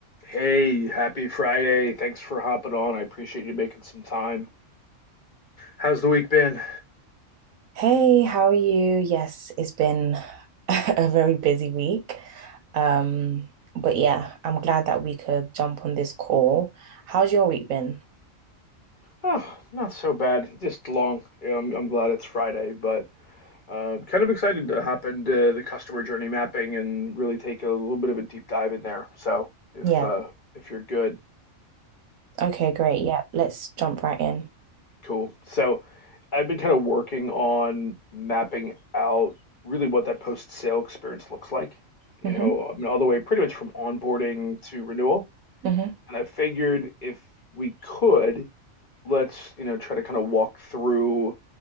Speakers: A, on the left; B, on the right.
A: Hey, happy Friday. Thanks for hopping on. I appreciate you making some time. How's the week been?
B: Hey, how are you? Yes, it's been <laughs> a very busy week. Um, but yeah, I'm glad that we could jump on this call. How's your week been?
A: Oh, not so bad. Just long. Yeah, I'm, I'm glad it's Friday, but uh, kind of excited to hop into the customer journey mapping and really take a little bit of a deep dive in there. So if
B: Yeah.
A: uh, if you're good,
B: Okay, great. Yeah, let's jump right in.
A: cool. So I've been kind of working on mapping out really what that post-sale experience looks like. You
B: Mm-hmm.
A: know, I mean, all the way pretty much from onboarding to renewal.
B: Mm-hmm.
A: and I figured if we could, let's, you know, try to kind of walk through